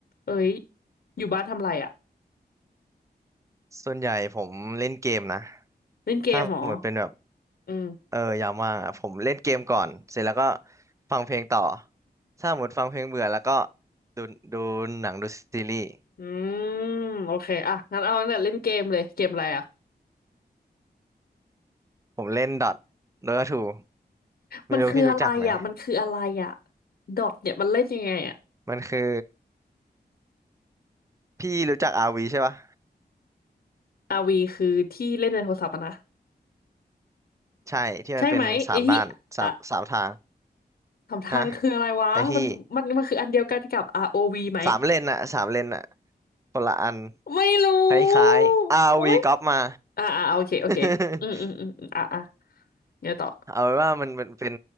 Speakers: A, on the left (about 60°); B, on the right (about 20°).
A: เอ้ยอยู่บ้านทำไรอ่ะ
B: ส่วนใหญ่ผมเล่นเกมนะ
A: เล่นเกมเหรอ
B: ถ้าเหมือนเป็นแบบ
A: อืม
B: เออยามว่างอ่ะผมเล่นเกมก่อนเสร็จแล้วก็ฟังเพลงต่อ ถ้าหมดฟังเพลงเบื่อแล้วก็ดูดูหนังดูซีรีส์
A: อืมโอเคอ่ะงั้นเอาตั้งแต่เล่นเกมเลยเกมอะไรอ่ะ
B: ผมเล่นดอทโดทูไม่รู้พี่รู้จักไหม
A: มันคืออะไรอ่ะมันคืออะไรอ่ะดอทเนี่ยมันเล่นยังไงอ่ะ
B: มันคือพี่รู้จักอาร์วีใช่ปะ
A: r ีคือที่เล่นในโทรศัพท์อะนะ
B: ใช่ที่มันเป็นสามด้านสามสามทาง
A: ใช่ไหมไอ้ที่อ่ะสำทางคืออะไรวะมันมันมันคืออันเดียวกันกับ
B: ฮะไอที่
A: r o ีไหม
B: สามเลนอะสามเลนอะคนละอัน
A: ไม่รู้
B: คล้ายๆอาร์วีก๊อปมา
A: โอ้ยอ่าอ่าโอเคโอเคอืมอืมอืมอมอ่าอ่า
B: <laughs>
A: เดี๋ยวต่อ
B: เอาเป็นว่ามันมันเป็น